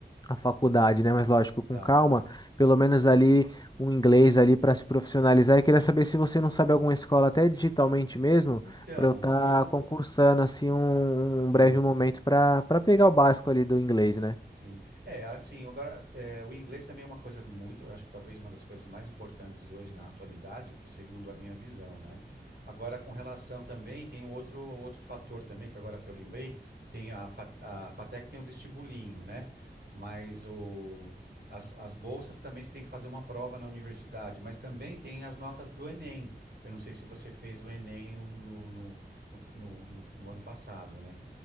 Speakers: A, on the left; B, on the right.
A: a faculdade, né? Mas lógico, com
B: Tá.
A: calma, pelo menos ali um inglês ali para se profissionalizar. E queria saber se você não sabe alguma escola até digitalmente mesmo,
B: Então,
A: para eu estar
B: eu
A: concursando assim um,
B: Sim,
A: um breve momento para para pegar o básico ali do inglês, né?
B: sim. É, assim, agora, é, o inglês também é uma coisa muito, eu acho que talvez uma das coisas mais importantes hoje na atualidade, segundo a minha visão, né? Agora, com relação também, tem o outro, o outro fator também, que agora que eu lembrei, tem a, Fa- a FATEC tem o vestibulinho, né? Mas o, as, as bolsas também você tem que fazer uma prova na universidade, mas também tem as notas do Enem. Eu não sei se você fez o Enem um, no, no, no, no, no no ano passado, né?